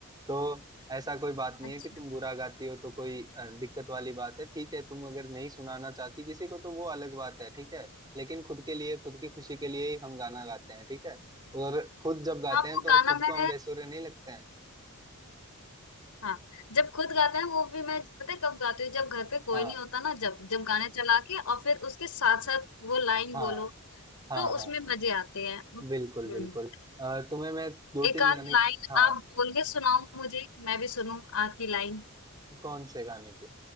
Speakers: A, on the right (about 20°); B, on the left (about 90°).
A: तो ऐसा कोई बात नहीं
B: अच्छा
A: है कि तुम बुरा गाती हो तो कोई अ, दिक्कत वाली बात है ठीक है तुम अगर नहीं सुनाना चाहती किसी को तो वो अलग बात है ठीक है लेकिन खुद के लिए खुद की खुशी के लिए ही हम गाना गाते हैं ठीक है और खुद जब गाते
B: हाँ
A: हैं
B: वो
A: तो
B: गाना
A: खुद
B: मैं
A: को हम बेसुरे नहीं लगते हैं
B: हाँ जब खुद गाते हैं वो भी मैं पता है कब गाती हूँ जब घर पे कोई
A: हाँ
B: नहीं होता ना जब जब गाने चला के और फिर उसके साथ साथ वो लाइन
A: हाँ
B: बोलो
A: हाँ
B: तो उसमें
A: हाँ
B: मजे आते हैं हम्म
A: बिल्कुल बिल्कुल अ, तुम्हें मैं दो
B: एक
A: तीन
B: आध
A: गाने
B: लाइन
A: हाँ
B: आप बोल के सुनाओ मुझे मैं भी सुनूं आपकी लाइन
A: कौन से गाने की